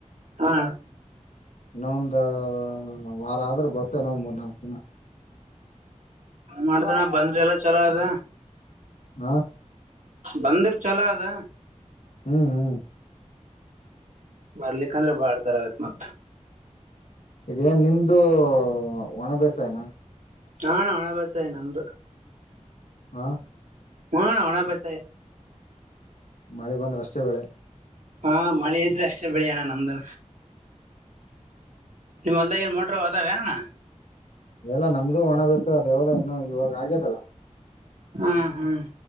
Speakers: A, on the right; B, on the left.
A: ಹಾ.
B: ಇನ್ನೊ ಒಂದ ವಾರ ಆದ್ರೂ ಬರ್ತ ಇನ್ನೊಂದ್ ಮೂರ್ ನಾಲ್ಕು ದಿನ.
A: ಮಾಡ್ತಾನ ಬಂದ್ರಿ ಎಲ್ಲ ಚಲೋ ಅದ.
B: ಹಾ.
A: ಬಂದ್ರ ಚಲೋ ಅದ.
B: ಹ್ಮ್ ಹ್ಮ್.
A: ಬರ್ಲಿಕ್ಕಂದ್ರೆ ಬಾಳ್ ತರ ಆಗತ್ ಮತ್ತ.
B: ಇದೇನ್ ನಿಮ್ದು. ಒಣ ಬೆಸಾಯನಾ.
A: ಹಾಣ ಒಣ ಬೇಸಾಯ ನಮ್ದು.
B: ಹಾ.
A: <unintelligible> ಪಸ.
B: ಮಳೆ ಬಂದ್ರ ಅಷ್ಟೇ ಬೇಳೆ.
A: ಹಾ ಮಳೆ ಇದ್ರೆ ಅಷ್ಟೇ ಬೆಳಿಯೋಣ ನಮ್ದು. ಹೊಲ್ದಾಗ ಮೊಟರ ಅದಾವನ.
B: ಎಲ್ಲ ನಮ್ದು ಒಣ ಬರ್ಸ ದೇವದ ಏನು ಇವಾಗ ಆಗ್ಯದಲ್ಲ
A: ಹ್ಮ್ ಹ್ಮ್